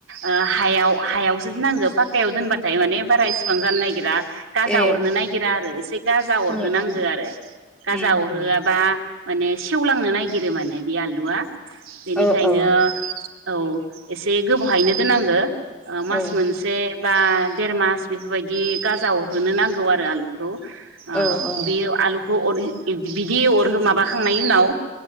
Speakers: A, on the right; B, in the centre.
A: ओ हायाव हायावसो नांगो पाखायाव दोनबाथाय माने बारा इसिबां जानो नागिरा गाजा
B: ए
A: अरनो नागिरा आरो एसे गाजा अरहोनांगो
B: ओ ओ
A: आरो गाजा
B: उम
A: अरहोआबा
B: उम
A: माने सेवलांनो नायगिरो माने बे आलुवा बेनिखायनो
B: ओ औ
A: औ एसे गोबावहायैनो दोननांगो ओ मास
B: औ
A: मोनसे बा देर मास बेफोरबायदि गाजा अरहोनो नांगौ आरो आलुखौ आ
B: औ ओ ओ
A: बियो आलु अर ओ बिदि अर हो माबाखांनायनि उनाव